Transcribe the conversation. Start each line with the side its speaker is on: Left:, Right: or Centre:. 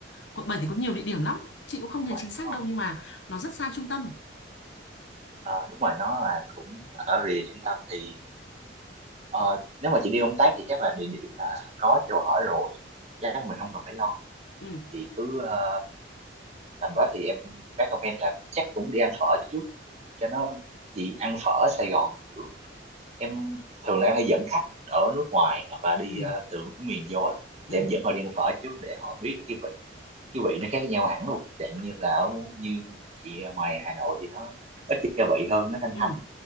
Left: quận 7 thì có nhiều địa điểm lắm chị cũng không
Right: quận
Left: nhớ chính
Right: 7
Left: xác
Right: đúng không
Left: đâu nhưng mà nó rất xa trung tâm
Right: Ờ, đúng rồi nó là cũng ở rìa trung tâm thì ờ, nếu mà chị đi công tác thì chắc là địa điểm là có chỗ ở rồi chắc là mình không cần phải lo
Left: ừ
Right: chị cứ ờ, tầm đó thì em recommend là chắc cũng đi ăn phở trước cho nó chị ăn phở ở Sài Gòn kiểu em thường là em hay dẫn khách ở nước ngoài hoặc là đi
Left: ừ
Right: ờ, từ nước miền vô á
Left: ừ
Right: thì em dẫn họ đi ăn phở trước để họ biết được cái vị cái vị nó khác nhau hẳn luôn chẳng như là ở như chị ở ngoài Hà Nội thì nó ít gia vị hơn nó thanh
Left: ừ
Right: thanh